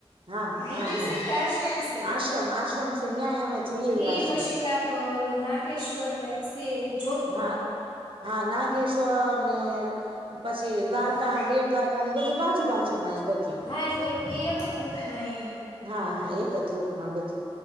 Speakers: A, on the right; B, on the left.
A: હા
B: મંદિર
A: હા હા
B: છે કે આશ્રમ છે?
A: આશ્રમ આશ્રમ છે ન્યાય અમે જઈએ એવા
B: ઈ પછી
A: છીએ
B: કાકલું નાગેશ્વર કઈ. સે
A: હા હા નાગેશ્વર. હમ્મ અર પછી દ્વારકા
B: હા
A: બેડ દ્વારકા એ બધું બાજુ બાજુ માં એ બધું.
B: હા એટલે એમ ઈ એક જ રૂટમાં એમ
A: હા હા એક કદરોદમાં બધું.